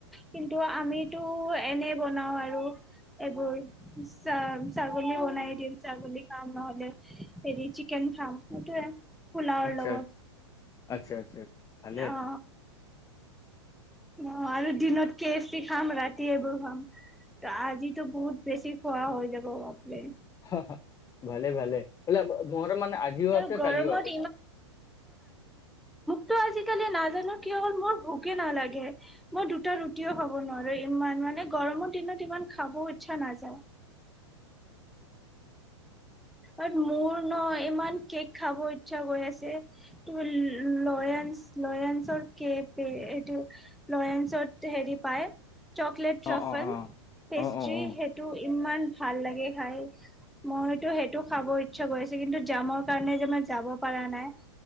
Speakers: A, in the centre; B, on the left (about 20°).
A: কিন্তু আমিতো এনেই বনাও। বনাওঁ আৰু, এইবোৰ ছা ছাগলী বনাই দিম ছাগলী খাম নহলে। হেৰি চিকেন খাম সেইটোৱে। পোলাও
B: আচ্ছা
A: লগত
B: আচ্ছা আচ্ছা ভালে
A: অ, অ আৰু দিনত কে <unintelligible> এচি খাম ৰাতি এইবোৰ খাম। ত আজিটো বহুত বছি খোৱা হৈ যাব বাপৰে।
B: হা হা, ভালে ভালে মোৰ মানে আজিও
A: আৰু
B: আছে
A: গৰমত
B: কালিও আছে ন।
A: ত' আজিকালি নাজানো কি হ'ল মোৰ ভোকে নালাগে মই দুটা ৰুটিও খাব নোৱাৰো ইমান মানে গৰমৰ দিনত ইমান খাব ইচ্ছা নাযায়
B: <inaudible>
A: ঐ মোৰ ন ইমান কেক খাব ইচ্ছা গৈ আছে তু লয়া লয়ঞ্চৰ কে এই লয়ঞ্চত হেৰি পায় চকলেট
B: অ
A: ৰাফল
B: অ অ
A: পেষ্ট্ৰি
B: অ অ অ
A: সেইটো ইমান ভাল লাগে খাই মইতো সেইটো খাব ইচ্ছা কৰিছো কিন্তু জামৰ কাৰণে যে মই যাব পৰা নাই